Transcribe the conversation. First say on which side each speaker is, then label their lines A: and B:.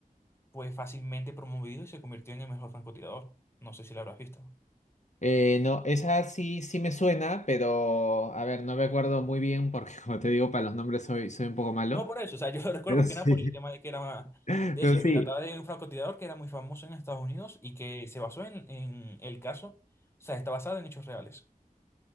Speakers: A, on the left; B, on the left.
A: fue fácilmente promovido y se convirtió en el mejor francotirador. No sé si lo habrás visto.
B: Eh, no, esa sí, sí me suena, pero a ver, no me acuerdo muy bien porque <laughs> como te digo, para los nombres soy, soy un poco malo.
A: No por eso, o sea, <laughs> yo lo recuerdo
B: Pero
A: más
B: sí,
A: que nada por el tema de que era
B: <laughs>
A: de
B: pero
A: eso, de
B: sí,
A: que trataba de un francotirador que era muy famoso en Estados Unidos y que se basó en, en el caso, o sea, está basado en hechos reales.